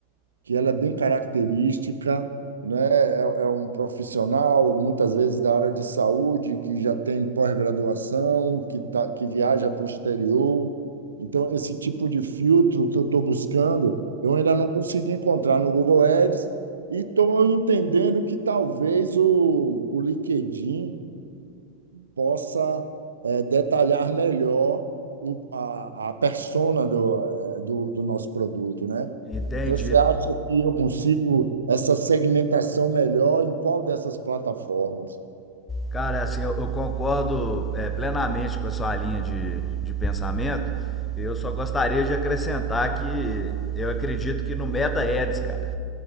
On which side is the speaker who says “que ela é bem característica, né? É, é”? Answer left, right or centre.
Right